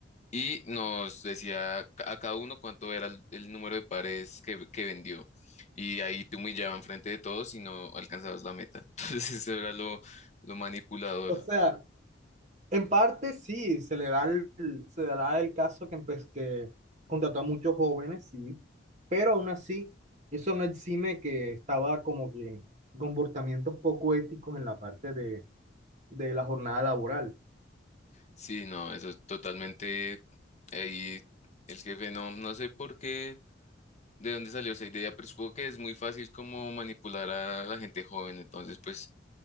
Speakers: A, on the left (about 40°); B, on the right (about 40°).
A: y nos decía ca- a cada uno cuánto era el, el número de pares que, que vendió. Y ahí te humillaban frente de todos y no alcanzabas la meta. <laughs> Entonces, eso era lo, lo manipulador.
B: O sea, En parte sí, se le da el, se dará el caso que, empe- que contrató a muchos jóvenes, sí, pero aún así, eso no exime que estaba como que en comportamientos poco éticos en la parte de, de la jornada laboral.
A: Sí, no, eso es totalmente ahí el jefe no, no sé por qué, de dónde salió esa idea, pero supongo que es muy fácil como manipular a la gente joven, entonces pues